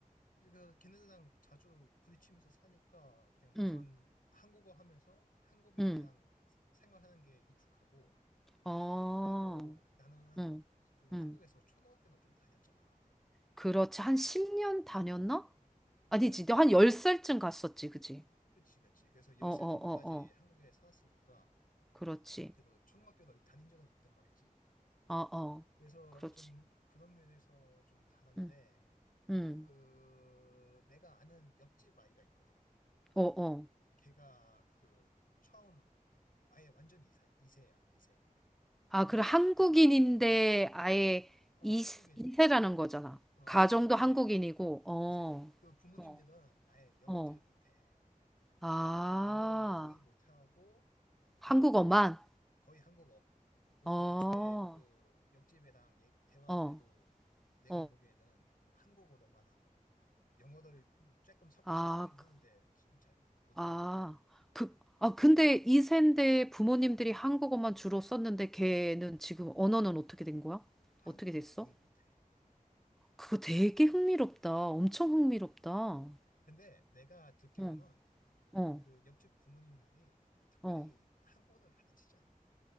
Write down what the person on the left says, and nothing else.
그 걔네들이랑 자주 부딪히면서 사니까 그냥
우선 한국어 하면서 한국인이랑
생활하는 게 익숙하고
그리고 나는
그 한국에서
초등학교를 좀 다녔잖아.
그러니까
그치 그치. 그래서 10살
정도까지
한국에 살았으니까
그래도 초등학교를 다닌 적은 있단 말이지.
그래서
좀 그런 면에서 좀 다른데
그 내가 아는 옆집 아이가 있거든.
걔가 그 처음 아예 완전 이세, 이세야, 이세.
근데,
어,
한국인,
어,
한국인데,
이세. 그 부모님들은
아예 영어
잘 못해.
영어를 거의 못하고 그
거의 한국어. 그것도
애초에 그 옆집애랑 얘- 대화할
때도 내가
보기에는 그 한국어로만 하고 영어를 뭐 조금 섞어서
쓰긴 하는데
잘 못하니까
한국어
거의 못해.
근데 내가 듣기로는
그 옆집 부모님들이 특별히
한국어를 가르치지 않았대.